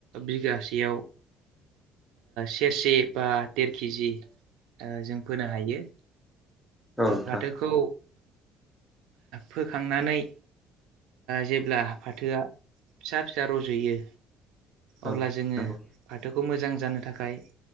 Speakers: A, on the right (about 85°); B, in the centre.
A: बिगासेयाव सेरसे बा देर केजि जों फोनो हायो।
B: औ नोंथां
A: फाथोखौ फोखांनानै जेब्ला फाथोआ फिसा फिसा रज'यो अब्ला
B: औ
A: जोंङो
B: नंगौ
A: फाथोखौ मोजां जानो थाखाय